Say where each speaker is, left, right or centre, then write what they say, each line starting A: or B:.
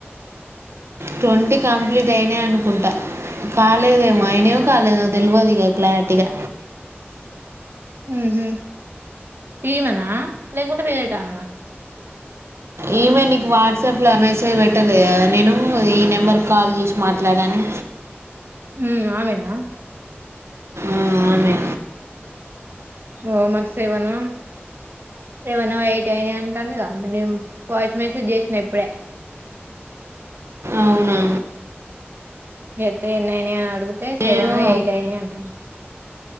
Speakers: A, on the right; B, on the right.
A: ట్వంటీ కంప్లీట్ అయినాయి కుంట కాలేదేమో అయినియో కాలేదో తెల్వదు ఇగ క్లారిటీగా
B: ఉహు ఈమెనా లేకుంటే వేరేట ఆమేనా
A: ఈమె నీకు వాట్సాప్ లో మెసేజ్ పెట్టాలేదా నేను ద ఈ నెంబర్కి కాల్ చేసి మాట్లాడనీ
B: ఉమ్ ఆమేనా
A: ఉమ్ ఆమె
B: ఓ మరి సెవెన్ సెవెన్ ఎయిట్ అయినా అంటుందిగా నేను వాయిస్ మెసేజ్ చేసిన ఇప్పుడే
A: అవునా
B: యేతె ఎన్ని అయినా అని అడిగితే సెవెన్
A: ఏమో
B: ఎయిట్ అయినా అంటు